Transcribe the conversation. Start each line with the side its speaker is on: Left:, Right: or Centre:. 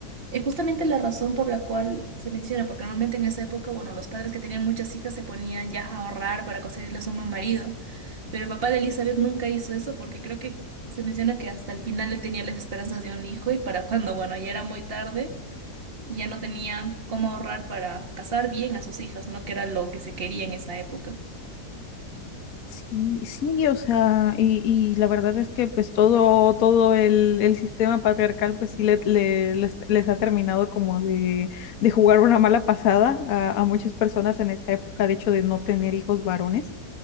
Right: es justamente la razón por la cual se menciona, porque normalmente en esa época, bueno, los padres que tenían muchas hijas se ponían ya a ahorrar para conseguirles un buen marido, pero el papá de Elizabeth nunca hizo eso porque creo que se menciona que hasta el final le tenía las esperanzas de un hijo y para cuando, bueno, ya era muy tarde, ya no tenía cómo ahorrar para casar bien a sus hijas, ¿no? Que era lo que se quería en esa época.
Left: Sí, sí, o sea, y, y la verdad es que pues todo, todo el, el sistema patriarcal pues sí le, le- les, les ha terminado como de, de jugar una mala pasada a, a muchas personas en esa época, de hecho de no tener hijos varones